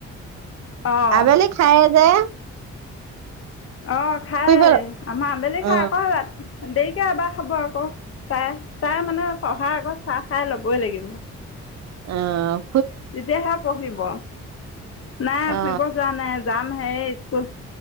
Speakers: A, on the left; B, on the right.
A: অঁ
B: আবেলি খাই যায়
A: অ খাই
B: ফুৰিব
A: আমা আবেলি
B: অ
A: খাই ক দেৰিকে এবাৰ খাব আকৌ তাই তাই মানে পঢ়াৰ আগত চাহ খাই ল'বই লাগিব
B: অ
A: তেতিয়াহে পঢ়িব নাই
B: অ
A: ফুৰিব যোৱা নাই যাম হে স্কুল